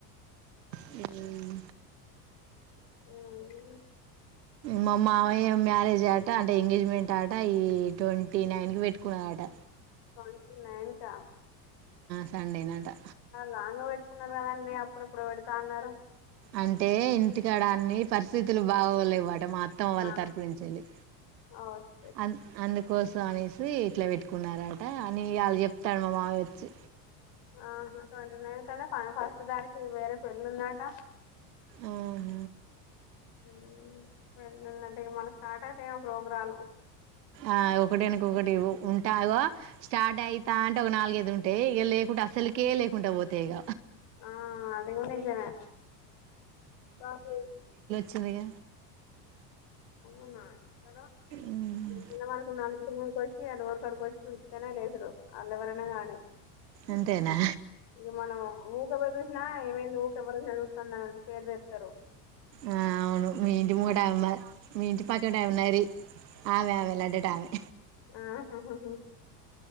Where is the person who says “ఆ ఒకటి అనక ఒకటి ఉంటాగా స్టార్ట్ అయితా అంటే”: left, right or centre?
Right